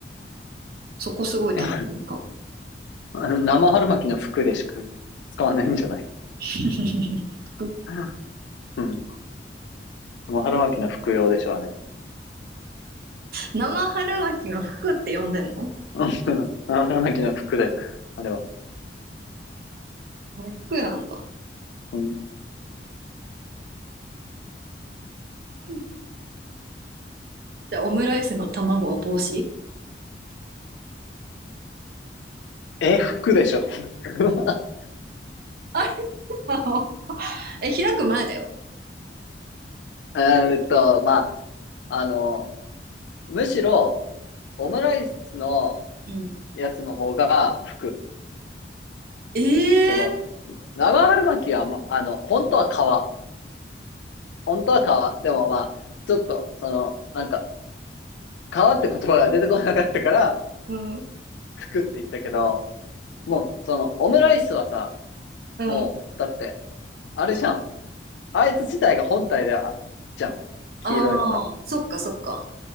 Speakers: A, on the right; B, on the left.
A: そこすごい楽しみかも。
B: <laughs> 生春巻きの服でしか使わないんじゃない
A: <laughs> 服
B: <laughs> うん。生春巻きの服用でしょ、あれ。
A: 生春巻きの服って呼んでんの
B: <laughs> うん生春巻きの服で、あれは。
A: あれ服なんだ。
B: うん
A: うんじゃあオムライスの卵は帽子
B: え、服でしょう <laughs>
A: あれなのえ、開く前だよ。
B: ーんと、まあ、あの、むしろ、オムライスの
A: うん。
B: やつの方が服。
A: ええ
B: その、生春巻きは、まあの、本当は皮。本当は皮。でもまあ、ちょっと、その、なんか、皮って言葉が出てこなかったから、
A: うん。
B: 服って言ったけど、もう、その、オムライスはさ、
A: うん。
B: もう、だって、あれじゃん。あいつ自体が本体であ、じゃん。黄色いのが。
A: ああ、そっかそっか。